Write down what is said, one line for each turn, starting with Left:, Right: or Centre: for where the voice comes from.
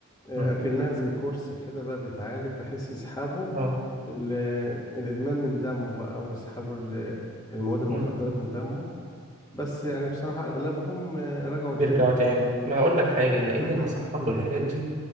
Left: آه،
Right: مم.
Left: اكنها زي كورس كده بقى بيتعالج بحيث يسحبوا
Right: اه
Left: ال... الادمان من دمه بقى ويسحبوا ال- المواد المخدرة
Right: مم.
Left: من دمه بس يعني بصراحة اغلبهم آه، رجعوا
Right: بيرجعوا
Left: تاني
Right: تاني ما هقول لك حاجة لأن
Left: <coughs>
Right: المصحات
Left: أمم.
Right: والحاجات دي